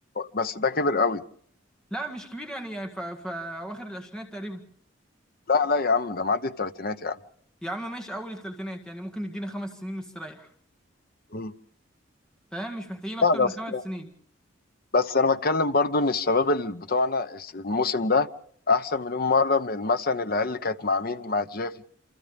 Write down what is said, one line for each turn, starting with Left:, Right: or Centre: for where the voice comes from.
Left: بس ده كبر قوي
Centre: لا مش كبير يعني يعني ف... ف- اواخر العشرينات تقريبا
Left: لا لا يا عم ده معدي التلاتينات يا عم
Centre: يا عم ماشي اول الثلاثينات يعني ممكن يدينا خمس سنين مستريح
Left: مم.
Centre: فاهم مش محتاجين اكتر
Left: لا
Centre: من
Left: بس
Centre: خمس سنين
Left: بس انا بتكلم برضو ان الشباب اللي بتوعنا الس- الموسم ده احسن مليون مره من مثلا العيال اللي كانت مع مين مع جافي